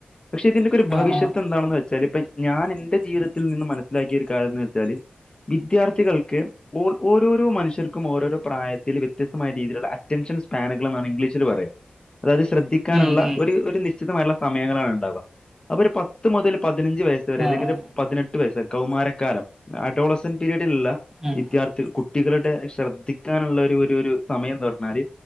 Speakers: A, on the left; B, on the right.
A: പക്ഷെ ഇതിന്റെക്ക ഒരു ഭവിഷ്യത്ത്
B: ആ ആ
A: എന്താണെന്ന് വെച്ചാല് ഇപ്പൊ ഞാൻ എന്റെ ജീവിതത്തിൽ നിന്ന് മനസ്സിലാക്കിയ ഒരു കാര്യം എന്ന് വെച്ചാല് വിദ്യാർത്ഥികൾക്ക് ഓര് ഓരോരോ മനുഷ്യർക്കും ഓരോരോ പ്രായത്തില് വ്യത്യസ്തമായ രീതിയിലുള്ള അറ്റൻഷൻസ് പാനഗള് എന്നാണ് ഇംഗ്ലീഷിൽ പറയാ അതായത് ശ്രദ്ധിക്കാനുള്ള
B: ഉം ഉം
A: ഒരു ഒര് നിശ് ചിതമായുള്ള സമയങ്ങളാണ് ഉണ്ടാവാ അപ്പൊ ഒരു പത്ത് മുതൽ പതിനഞ്ച് വയസ് വരെ അല്ലെങ്കിൽ
B: ആ ആ
A: ഒരു പതിനെട്ട് വയസ് കൗമാരക്കാലം അഡോൾസൻ പിരീ <unintelligible>
B: ഉം
A: വിദ്യാർത്ഥി കുട്ടികളുടെ ശ്രദ്ധിക്കാനുള്ള ഒരു ഒരു സമയംന്ന് പറഞ്ഞാല്